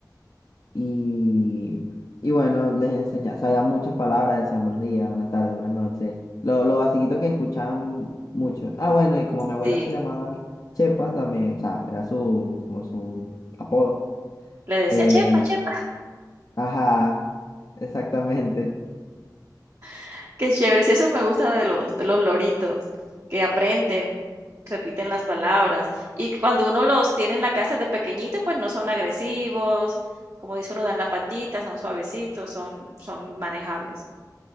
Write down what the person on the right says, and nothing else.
Sí,
le decía,
chepa, chepa,
<laughs> qué chévere, sí, eso me gusta de los, de los loritos, que aprenden, repiten las palabras, y cuando uno los tiene en la casa de pequeñito, pues no son agresivos, como dice uno, dan la patita, son suavecitos, son, son manejables.